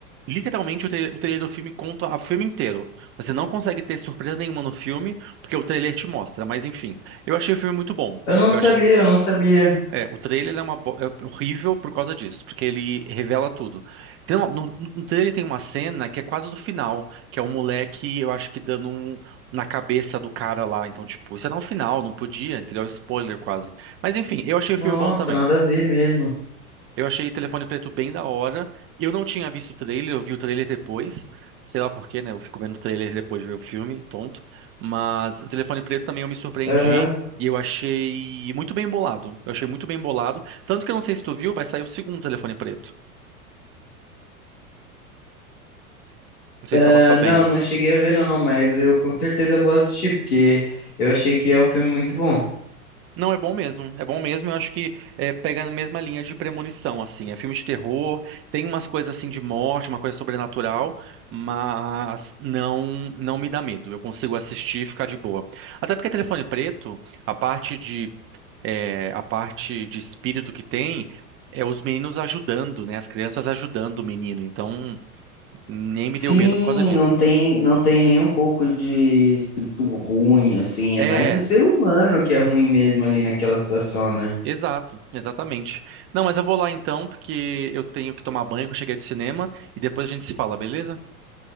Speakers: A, on the right (about 30°); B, on the left (about 70°).
A: Literalmente, o tra- o trailer do filme conta o filme inteiro. Você não consegue ter surpresa nenhuma no filme, porque o trailer te mostra. Mas enfim, eu achei o filme muito bom.
B: Eu não
A: Eu
B: sabia,
A: achei,
B: eu não sabia.
A: é, o trailer é, uma, bo- é horrível por causa disso, porque ele revela tudo. Então no, no trailer tem uma cena que é quase do final, que é um moleque, eu acho que dando um na cabeça do cara lá. Então, tipo, isso era um final, não podia, entendeu? É um spoiler quase. Mas enfim, eu achei
B: Nossa,
A: o filme bom também.
B: nada a ver mesmo.
A: Eu achei Telefone Preto bem da hora. Eu não tinha visto o trailer, eu vi o trailer depois. Sei lá por quê, né? Eu fico vendo o trailer depois de ver o filme, tonto. Mas o Telefone Preto também eu me surpreendi
B: Aham.
A: e eu achei muito bem bolado. Eu achei muito bem bolado. Tanto que eu não sei se tu viu, vai sair o segundo Telefone Preto. Não sei
B: Ah,
A: se tu tava sabendo.
B: não, não cheguei a ver não, mas eu com certeza vou assistir, porque eu achei que é um filme muito bom.
A: Não, é bom mesmo. É bom mesmo. Eu acho que é, pega na mesma linha de premonição, assim. É filme de terror, tem umas coisas assim de morte, uma coisa sobrenatural, mas não não me dá medo. Eu consigo assistir e ficar de boa. Até porque Telefone Preto, a parte de é, a parte de espírito que tem é os meninos ajudando, né? As crianças ajudando o menino. Então nem
B: Sim,
A: me deu medo por causa disso.
B: não tem, não tem nem um pouco de espírito ruim, assim.
A: É,
B: É mais o ser humano que é ruim mesmo ali naquela situação, né?
A: Exato, exatamente. Não, mas eu vou lá então, porque eu tenho que tomar banho que eu cheguei do cinema e depois a gente se fala, beleza?